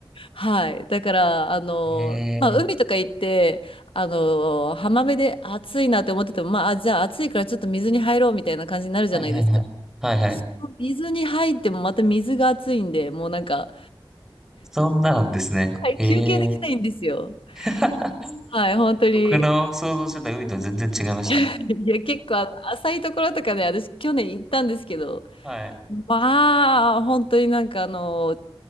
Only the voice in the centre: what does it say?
ええ
はいはいはい。はいはい。
そんななんですね。
ええ
<laughs>
僕の想像してた海とは全然違いました。
はい。